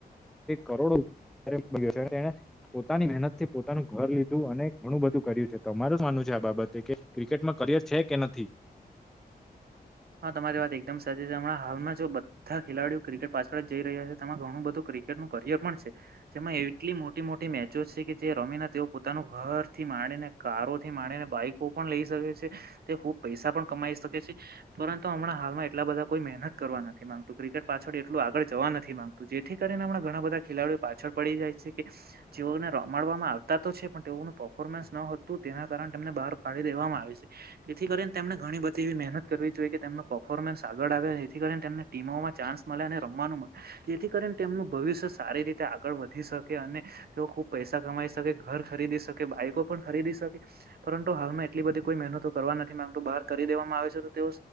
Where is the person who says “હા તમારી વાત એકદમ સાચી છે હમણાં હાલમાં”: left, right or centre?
Right